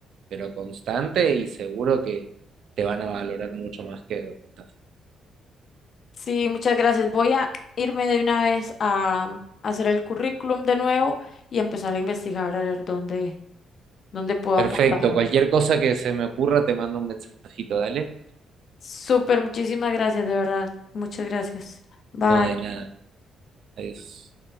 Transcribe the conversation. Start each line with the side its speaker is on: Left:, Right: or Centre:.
Right: pero constante y seguro que te van a valorar mucho más que donde estás.
Left: Sí, muchas gracias. Voy a irme de una vez a mm, hacer el currículum de nuevo y empezar a investigar a ver dónde, dónde puedo
Right: Perfecto,
Left: aportar.
Right: cualquier cosa que se me ocurra te mando un mensajito, dale.
Left: Súper, muchísimas gracias, de verdad. Muchas gracias. Bye.
Right: No, de nada. Adiós.